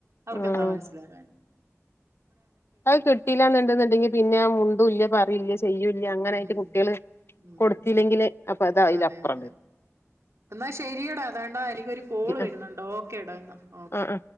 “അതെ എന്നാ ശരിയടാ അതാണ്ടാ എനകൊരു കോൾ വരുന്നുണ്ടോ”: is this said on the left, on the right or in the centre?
Right